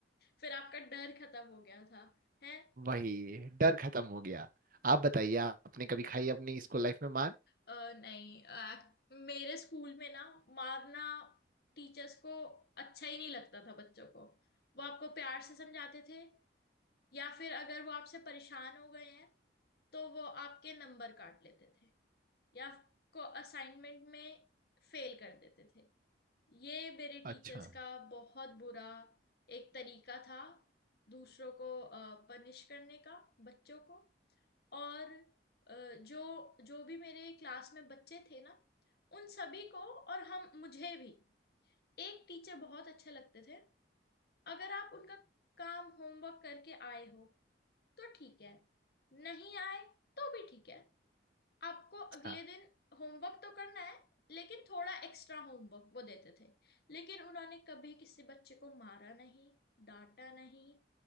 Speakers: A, on the left; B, on the right.
A: फिर आपका डर खत्म हो गया था है
B: वही डर खत्म हो गया आप बताइए आपने कभी खाई अपनी स्कूल लाइफ में मार
A: अ, नहीं अ, मेरे स्कूल में ना मारना टीचर्स को अच्छा ही नहीं लगता था बच्चों को वो आपको प्यार से समझाते थे या फिर अगर वो आपसे परेशान हो गए हैं तो वो आपके नंबर काट लेते थे या आपको असाइनमेंट में फेल कर देते थे ये मेरे
B: अच्छा
A: टीचर्स का बहुत बुरा एक तरीका था दूसरों को पनिश करने का बच्चों को और अ, जो जो भी मेरे क्लास में बच्चे थे ना उन सभी को और हम मुझे भी एक टीचर बहुत अच्छे लगते थे अगर आप उनका काम होमवर्क करके आए हो तो ठीक है नहीं आए तो भी ठीक है आपको अगले
B: हाँ
A: दिन होमवर्क तो करना है लेकिन थोड़ा एक्स्ट्रा होमवर्क वो देते थे लेकिन उन्होंने कभी किसी बच्चे को मारा नहीं डांटा नहीं